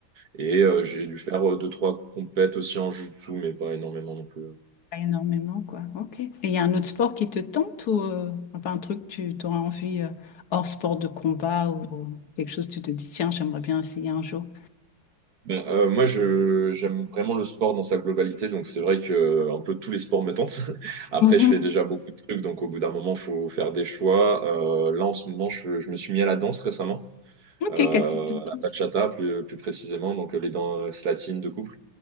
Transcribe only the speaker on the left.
Pas énormément quoi. Ok. Et il y a un autre sport qui te tente ou euh, enfin un truc que tu aurais envie euh, hors sport de combat ou euh, quelque chose que tu te dis tiens j'aimerais bien essayer un jour.
Mhm.
Ok.
Quel type de
danse?